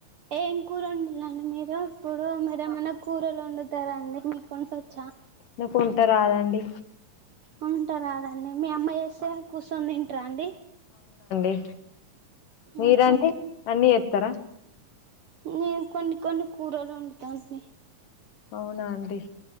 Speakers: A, on the right; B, on the left.
A: ఎం కూర వండిలండి మీరు ఇప్పుడు మీర ఏమన్నా కూరలు వండుతారండి మీకు కొం వచ్చా
B: నాకు వంట రాదండి
A: వంట రాదండి మీ అమ్మా చేస్తే కూర్చొని తింటార అండి.
B: ఏ మీరండి
A: ఆహా
B: అన్ని ఎతార?
A: నేను కొన్ని కొన్ని కూరలు వండుతాని
B: అవునా అండి